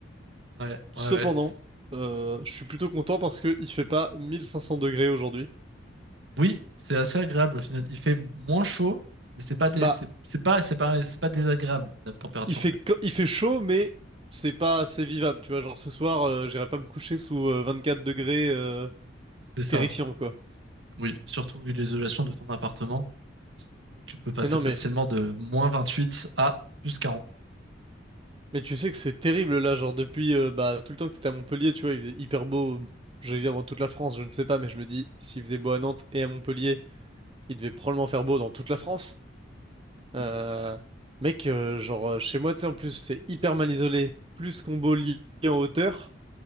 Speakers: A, on the right; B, on the right.
A: ouais, ouais,
B: Cependant,
A: ouais.
B: euh, je suis plutôt content parce que il fait pas 1500 degrés aujourd'hui.
A: Oui, c'est assez agréable, au final. Il fait moins chaud, mais c'est pas des,
B: Bah,
A: c'est c'est pas, c'est pas, c'est pas désagréable, la température,
B: il fait,
A: en fait.
B: co- il fait chaud, mais c'est pas assez vivable, tu vois. Genre ce soir, euh, j'irai pas me coucher sous euh, 24 degrés, euh,
A: C'est ça.
B: terrifiant, quoi.
A: Oui, surtout vu l'isolation de ton appartement. tu peux passer
B: Mais non,
A: facilement
B: mais,
A: de moins 28 à plus
B: mais tu sais que c'est terrible là, genre depuis euh, bah, tout le temps que t'étais à Montpellier, tu vois, il faisait hyper beau, euh, j'allais dire dans toute la France, je ne sais pas, mais je me dis, s'il faisait beau à Nantes et à Montpellier, il devait probablement faire beau dans toute la France.
A: 48.
B: Euh, mec, euh, genre euh, chez moi, tu sais, en plus, c'est hyper mal isolé, plus combo lit en hauteur.